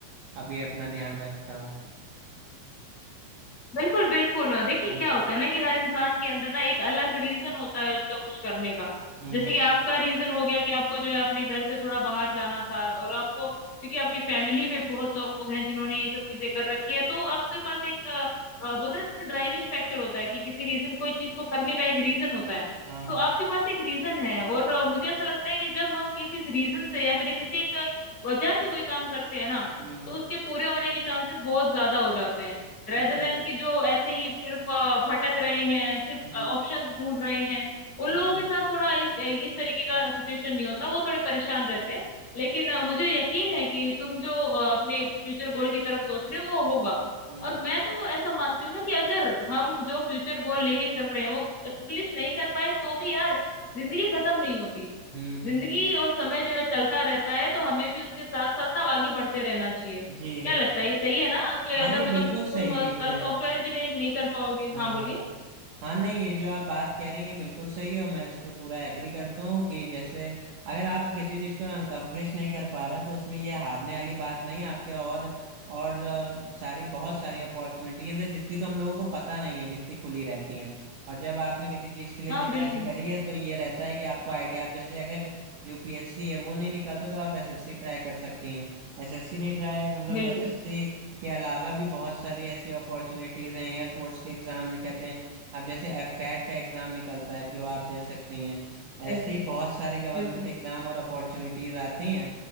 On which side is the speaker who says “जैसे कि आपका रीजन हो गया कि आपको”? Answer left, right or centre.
Left